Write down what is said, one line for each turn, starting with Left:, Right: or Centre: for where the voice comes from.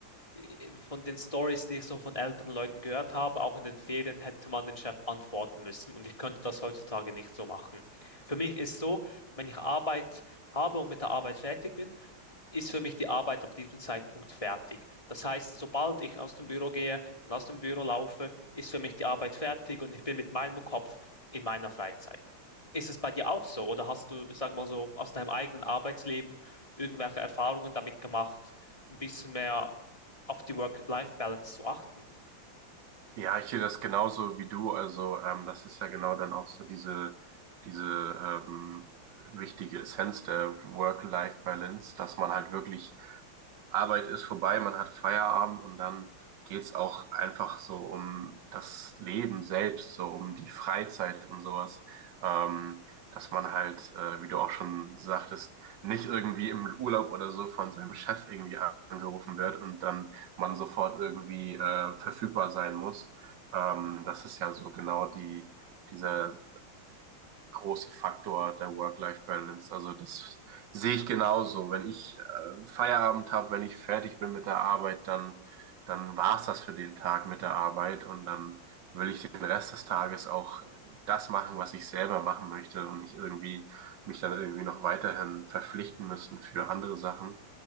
Left: äh, von den Stories, die ich so von älteren Leuten gehört habe, auch in den Ferien hätte man den Chef antworten müssen und ich könnte das heutzutage nicht so machen. Für mich ist so, wenn ich Arbeit habe und mit der Arbeit fertig bin, ist für mich die Arbeit ab diesem Zeitpunkt fertig. Das heißt, sobald ich aus dem Büro gehe und aus dem Büro laufe, ist für mich die Arbeit fertig und ich bin mit meinem Kopf in meiner Freizeit. Ist es bei dir auch so oder hast du, sag mal so, aus deinem eigenen Arbeitsleben irgendwelche Erfahrungen damit gemacht, ein bisschen mehr auf die Work-Life-Balance zu achten?
Right: Ja, ich sehe das genauso wie du. Also, ähm, das ist ja genau dann auch so diese, diese ähm, wichtige Essenz der Work-Life-Balance, dass man halt wirklich Arbeit ist vorbei, man hat Feierabend und dann geht's auch einfach so um das Leben selbst, so um die Freizeit und sowas. Ähm, dass man halt, äh, wie du auch schon sagtest, nicht irgendwie im Urlaub oder so von seinem Chef irgendwie angerufen wird und dann man sofort irgendwie äh, verfügbar sein muss. Ähm, das ist ja so genau die, dieser große Faktor der Work-Life-Balance. Also das sehe ich genauso. Wenn ich äh, Feierabend habe, wenn ich fertig bin mit der Arbeit, dann, dann war's das für den Tag mit der Arbeit und dann will ich den Rest des Tages auch das machen, was ich selber machen möchte und nicht irgendwie mich dann irgendwie noch weiterhin verpflichten müssen für andere Sachen.